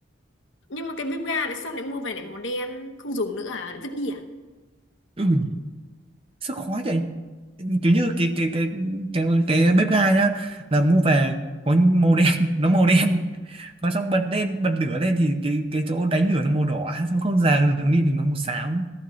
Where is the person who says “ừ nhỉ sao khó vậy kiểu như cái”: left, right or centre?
Right